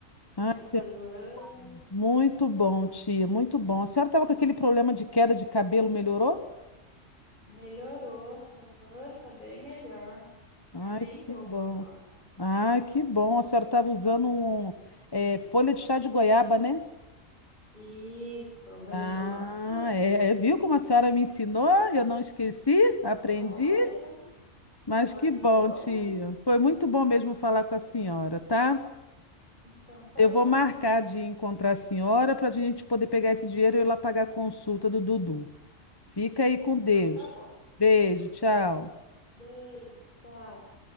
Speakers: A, on the left; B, on the left.
A: fazendo
B: Ah, isso
A: os
B: é muito
A: exames.
B: bom. Muito bom, tia, muito bom. A senhora tava com aquele problema de queda de cabelo, melhorou?
A: Melhorou, aham, tá bem melhor.
B: Ai,
A: Cai bem
B: que
A: pouco
B: bom.
A: agora.
B: Ai, que bom. A senhora tava usando um, eh, folha de chá de goiaba, né?
A: Isso, melhorou
B: Ah,
A: bastante.
B: é, é, viu como a senhora me ensinou? Eu não esqueci, aprendi,
A: Olha,
B: mas
A: olha
B: que bom,
A: que bom.
B: tia. Foi muito bom mesmo falar com a senhora, tá?
A: Então tá
B: Eu
A: bom,
B: vou marcar de encontrar a senhora para a gente poder pegar esse dinheiro e ir lá pagar a consulta do Dudu. Fica aí com Deus.
A: então tá bom.
B: Beijo, tchau.
A: Beijo, tchau.